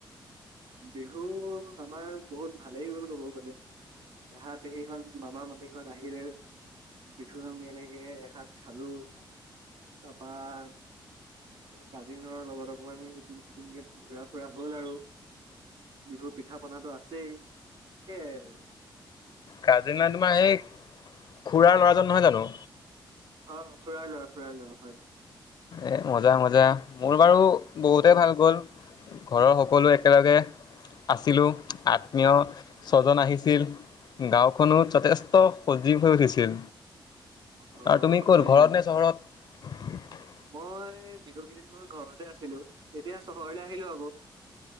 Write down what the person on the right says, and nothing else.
বিহু আমাৰ বহুত ভালেই গ'ল ক'ব গ'লে পেহা পেহী হ মামা মামী বিহু আহিলে বিহু আমি এনেকে এসাঁজ খালো তাৰপৰা কাজিনৰ লগত অকমান ইপিন চিটিনকে ঘুৰা ফুৰা হল আৰু বিহুৰ পিঠা পনাটো আছেই সেইয়াই আৰু
অ খুৰা লোৱা খুৰা লোৱা হয়
অ
হয়
নেকি
মই বিহু কেইদিনমানত ঘৰতে আছিলো এতিয়া চহৰলে আহিলো আকৌ